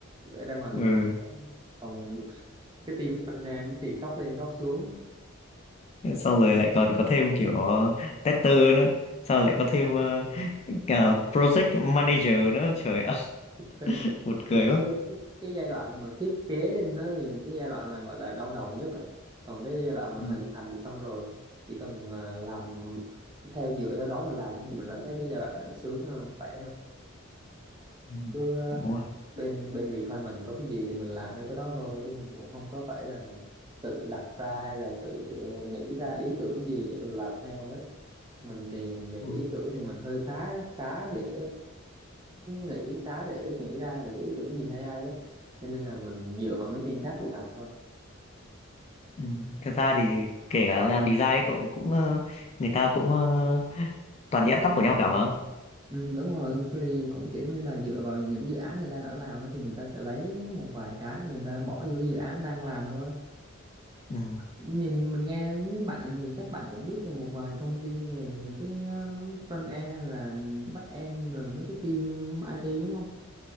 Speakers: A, on the right; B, on the left.
A: vẽ ra ngoài vũ
B: Ừ.
A: trụ còn cái team finance thì cóc lên cóc xuống
B: xong rồi lại còn có thêm kiểu tester nữa xong rồi lại có thêm ờ, cả project manager nữa trời ơi
A: kinh
B: <laughs> buồn cười
A: thì
B: quá
A: cái, cái, cái giai đoạn mà thiết kế lên nó thì cái giai đoạn là gọi là đau đầu nhất á còn cái giai đoạn mà
B: Ừ.
A: hình thành xong rồi chỉ cần ờ, làm theo dựa theo đó mà làm thì mình lại thấy cái giai đoạn nó sướng hơn khỏe
B: Ừ.
A: hơn
B: đúng rồi
A: bên bên Bitcoin mình có cái gì thì mình làm theo cái đó thôi chứ mình cũng không có phải là tự đặt ra hay là tự ờ, nghĩ ra ý tưởng gì để mình làm theo ấy mình thì về
B: Ừ.
A: cái ý tưởng thì mình hơi khá khá để nghĩ khá để nghĩ ra được cái ý tưởng gì hay hay á cho nên là mình dựa vào mấy team khác mình làm thôi
B: ừ. thật ra thì kể cả làm design cậu cũng ờ, người ta cũng ờ, toàn đi ăn cắp của nhau cả mà
A: Ừ, đúng rồi cái thì cũng kiểu như là dựa vào những dự án người ta đã làm ấy, thì người ta sẽ lấy một vài cái người ta bỏ vô cái dự án đang làm thôi
B: ừ.
A: nhìn mình nghe với bạn thì chắc bạn cũng biết về một vài thông tin về cái uh, front end hay là back end rồi mấy cái team IT đúng không?